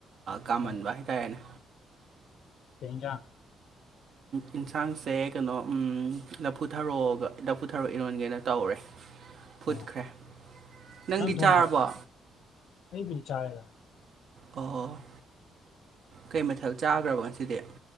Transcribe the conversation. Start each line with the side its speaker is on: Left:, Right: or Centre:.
Right: ꯀꯥꯃꯟꯕ
Left: ꯑꯣ
Right: ꯍꯥꯏꯇꯥꯔꯦꯅꯦ
Left: ꯀꯩ ꯍꯦꯜ ꯖꯥꯡ
Right: ꯌꯦꯟꯁꯥꯡꯁꯦ ꯀꯩꯅꯣ ꯂꯐꯨꯊꯔꯣꯒ ꯂꯐꯨꯊꯔꯣ ꯏꯔꯣꯟꯒꯦꯅ ꯇꯧꯔꯦ ꯐꯨꯠꯈ꯭ꯔꯦ
Left: ꯎ
Right: ꯅꯪꯗꯤ
Left: ꯅꯪ ꯊꯣꯡꯉꯦꯔꯣ
Right: ꯆꯥꯔꯕꯣ
Left: ꯑꯩꯕꯨ ꯆꯥꯏꯔ
Right: ꯑꯣ ꯀꯩ ꯃꯊꯦꯜ ꯆꯥꯈ꯭ꯔꯕ ꯉꯁꯤꯗꯤ